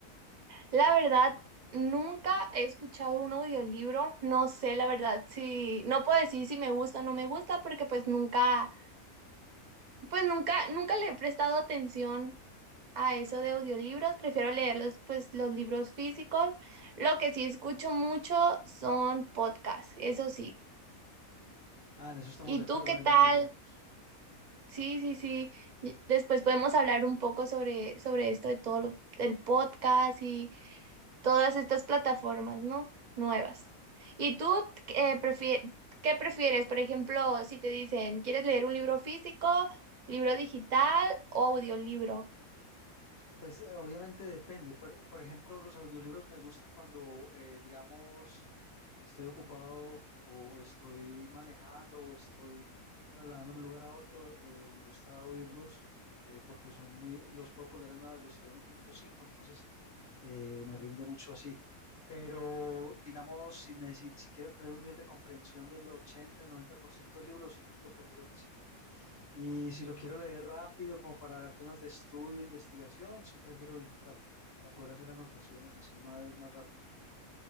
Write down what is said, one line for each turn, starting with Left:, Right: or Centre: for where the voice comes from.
Right: La verdad, nunca he escuchado un audiolibro. No sé, la verdad, si no puedo decir si me gusta o no me gusta, porque pues nunca, pues nunca, nunca le he prestado atención a eso de audiolibros. Prefiero leerlos, pues, los libros físicos. Lo que sí escucho mucho son podcasts, eso sí.
Left: Ah, en eso estamos
Right: ¿Y
Left: de acuerdo,
Right: tú qué
Left: hay
Right: tal?
Left: unos muy buenos.
Right: Sí, sí, sí. Y Después podemos hablar un poco sobre, sobre esto de todo lo- el podcast y todas estas plataformas, ¿no? Nuevas. ¿Y tú eh, prefie- qué prefieres? Por ejemplo, si te dicen, ¿quieres leer un libro físico, libro digital o audiolibro?
Left: Pues eh, obviamente depende. Por, por ejemplo, los audiolibros me gustan cuando, eh, digamos, estoy ocupado o estoy manejando o estoy trasladándome de un lugar a otro. eh, me gusta oírlos eh, porque son muy, los puedo poner en una velocidad uno punto cinco entonces eh, me rinde mucho así. Pero, digamos, si, necesi- si quiero tener un nivel de comprensión del 80, el 90% del libro, sí pre- lo prefiero físico. Y si lo quiero leer rápido, como para temas de estudio, investigación, sí prefiero digital, para poder hacer anotaciones encima de él más rápido.